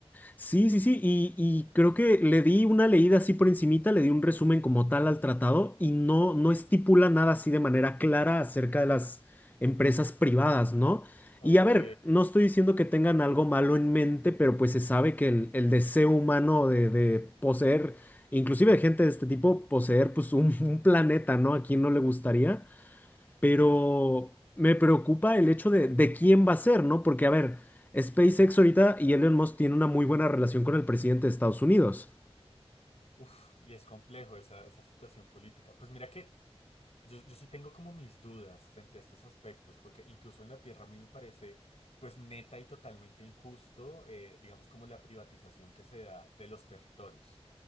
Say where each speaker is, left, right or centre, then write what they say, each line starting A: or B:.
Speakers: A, on the left (about 15°); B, on the left (about 75°).
A: Sí, sí, sí, y, y creo que le di una leída así por encimita, le di un resumen como tal al tratado y no, no estipula nada así de manera clara acerca de las empresas privadas, ¿no?
B: Ok.
A: Y a ver, no estoy diciendo que tengan algo malo en mente, pero pues se sabe que el, el deseo humano de, de poseer, inclusive de gente de este tipo, poseer pues un, un planeta, ¿no? ¿A quién no le gustaría? pero me preocupa el hecho de, de quién va a ser, ¿no? Porque, a ver, SpaceX ahorita y Elon Musk tienen una muy buena relación con el presidente de Estados Unidos.
B: Uf, y es complejo esa, esa situación política. Pues mira que Yo, yo sí tengo como mis dudas frente a estos aspectos, porque incluso en la tierra a mí me parece pues neta y totalmente injusto, eh, digamos como la privatización que se da de los territorios,